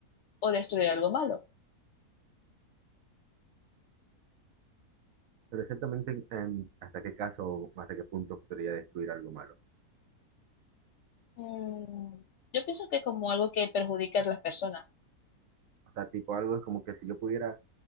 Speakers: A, on the left; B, on the right.
A: o destruir algo malo?
B: Pero exactamente en- hasta qué caso, hasta qué punto podría destruir algo malo.
A: Mm, yo pienso que como algo que perjudica a las personas.
B: O sea, tipo algo es como que si yo pudiera